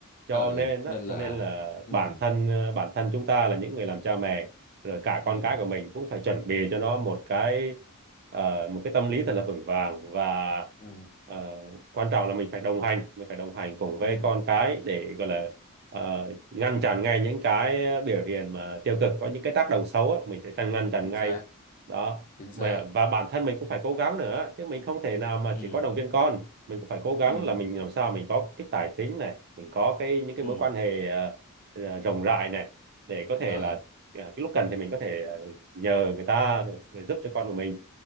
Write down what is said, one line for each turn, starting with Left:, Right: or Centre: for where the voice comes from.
Right: cho
Left: ừ
Right: nên á,
Left: nên
Right: cho
Left: là
Right: nên là
Left: ừ
Right: bản thân ờ, bản thân chúng ta là những người làm cha mẹ rồi cả
Left: ừ
Right: con cái của mình cũng phải chuẩn bị cho nó một cái ờ, một cái tâm lý thật là vững vàng và
Left: ừ
Right: ờ, quan trọng là mình phải đồng hành mình phải đồng hành cùng
Left: ừ
Right: với con cái để gọi là ờ, ngăn chặn ngay những cái biểu hiện mà tiêu cực có những cái tác động xấu á, mình sẽ chặn ngăn chặn
Left: chính
Right: ngay
Left: xác
Right: đó
Left: chính xác
Right: mà và bản thân mình cũng phải cố gắng nữa chứ mình không thể nào mà
Left: ừ
Right: chỉ có động viên con mình cũng phải cố gắng
Left: ừ
Right: là mình làm sao mình có cái tài chính này mình có cái những cái
Left: ừ
Right: mối quan hệ ờ, ờ, rộng rãi này để có thể
Left: ờ
Right: là ờ, cái lúc cần thì mình có thể ờ, nhờ người ta để giúp cho con của mình